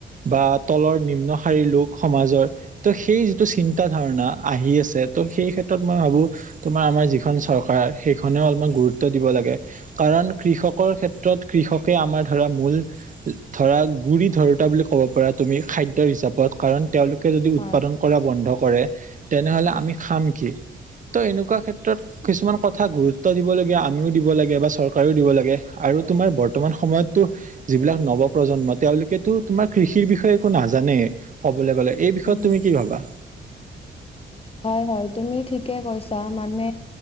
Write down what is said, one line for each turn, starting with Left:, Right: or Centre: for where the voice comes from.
Right: বা তলৰ নিম্নশাৰীৰ লোক সমাজৰ ত' সেই যিটো চিন্তা ধাৰণা আহি আছে ত' সেই ক্ষেত্ৰত মই ভাবো তোমাৰ আমাৰ যিখন চৰকাৰ সেইখনেও অলমান গুৰুত্ব লাগে, কাৰণ কৃষক কৰ ক্ষেত্ৰত কৃষকে আমাৰ ধৰা মূল ধৰা গুৰিি ধৰোতা বুলি ক'ব পাৰা তুমি খাদ্য হিচাপত কাৰণ তেওঁলোকে যদি
Left: হয়,
Right: উৎপাদন কৰা বন্ধ কৰে তেনেহ'লে আমি খাম কি? তো এনেকুৱা ক্ষেত্ৰত কিছুমান কথা গুৰুত্ব দিবলগীয়া আমিও দিব লাগে বা চৰকাৰেও দিব লাগে। আৰু তোমাৰ বৰ্তমান সময়তো যিবিলাক নৱ প্ৰজন্ম তেওঁলোকেতো তোমাৰ কৃষিৰ বিষয়ে একো নাজানেই কবলৈ গ'লে। এই বিষয়ত
Left: উম।
Right: তুমি কি ভাবা
Left: হয় হয় তুমি ঠিকে কৈছা মানে